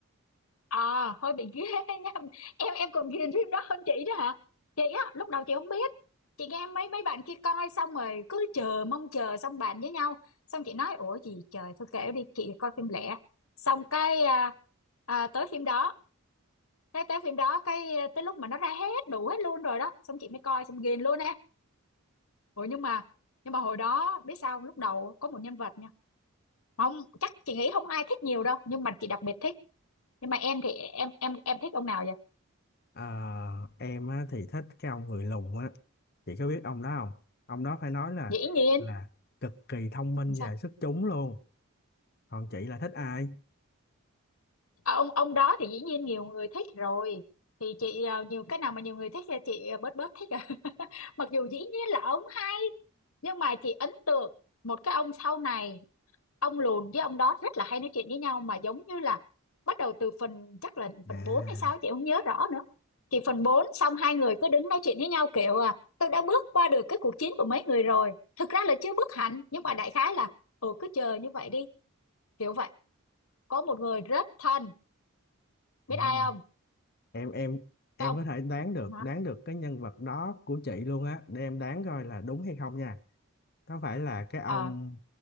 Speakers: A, on the left; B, on the left.
A: à hơi bị ghê <laughs> nha em em còn ghiền phim đó hơn chị đó hả chị á lúc đầu chị không biết chị nghe mấy mấy bạn kia coi xong rồi cứ chờ mong chờ xong bàn với nhau xong chị nói ủa gì trời thôi kệ đi chị coi phim lẻ xong cái à, à, tới phim đó cái tới phim đó cái à, tới lúc mà nó ra hết đủ hết luôn rồi đó xong chị mới coi xong ghiền luôn á ủa nhưng mà nhưng mà hồi đó biết sao không? lúc đầu có một nhân vật nha mà không chắc chị nghĩ không ai thích nhiều đâu nhưng mà chị đặc biệt thích nhưng mà em thì em em em thích ông nào vậy
B: Ờ, em á, thì thích cái ông người lùn á chị có biết ông đó không ông đó phải nói là
A: dĩ nhiên
B: là cực kỳ thông minh
A: sao
B: và xuất chúng luôn còn chị là thích ai
A: Ờ, ông ông đó thì dĩ nhiên nhiều người thích rồi thì chị ờ, nhiều cái nào mà nhiều người thích thì chị ờ, bớt bớt thích à <laughs> mặc dù dĩ nhiên là ông hay nhưng mà chị ấn tượng một cái ông sau này ông lùn với ông đó rất là hay nói chuyện với nhau mà giống như là bắt đầu từ phần chắc là phần
B: à,
A: 4 hay sao chị không nhớ rõ nữa thì phần 4 xong hai người cứ đứng nói chuyện với nhau kiểu à tôi đã bước qua được cái cuộc chiến của mấy người rồi thực ra là chưa bước hẳn nhưng mà đại khái là ừ cứ chờ như vậy đi kiểu vậy có một người rất thân biết
B: à.
A: ai không
B: em em em
A: cái ông
B: có thể đoán được
A: hả
B: đoán được cái nhân vật đó của chị luôn á để em đoán coi là đúng hay không nha có phải là cái ông
A: ờ